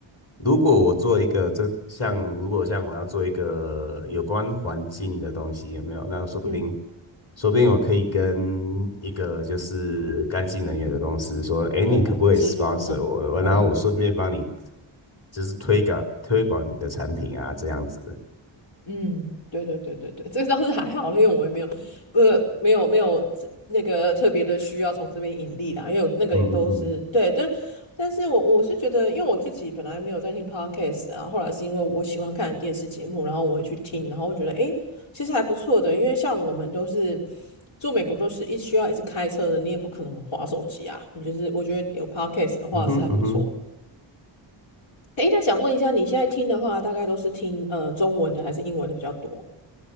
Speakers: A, on the left (about 30°); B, on the left (about 75°).
A: 如果我做一个这像如果像我要做一个有关环境的东西，有没有？那说不定
B: 嗯，
A: 说不定我可以跟一个就是干净能源的公司说，哎，
B: 对了，
A: 你可不可以
B: 置入，
A: sponsor
B: <laughs>
A: 我？
B: 嗯。
A: 然后我顺便帮你就是推广推广你的产品啊，这样子。
B: 嗯，对对对对对，这个倒是还好了因为我也没有，呃，没有没有这那个特别的需要从这边盈利啦，因为我那个也都是对，
A: 嗯嗯嗯
B: 但但是我我是觉得，因为我自己本来没有在听 podcast，然后后来是因为我喜欢看电视节目，然后我也去听，然后我觉得诶，其实还不错的，因为像我们都是住美国，都是一需要一直开车的，你也不可能划手机啊，你就是我觉得有 podcast 的话是还不错。
A: 嗯哼嗯哼，
B: 诶，那想问一下，你现在听的话，大概都是听呃中文的还是英文的比较多？